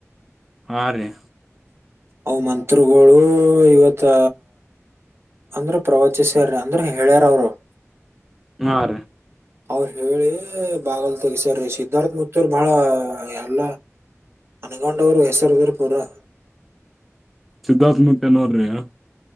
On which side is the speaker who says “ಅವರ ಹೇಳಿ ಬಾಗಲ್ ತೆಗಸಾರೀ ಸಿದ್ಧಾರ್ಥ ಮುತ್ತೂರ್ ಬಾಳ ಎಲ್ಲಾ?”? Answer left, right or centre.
Right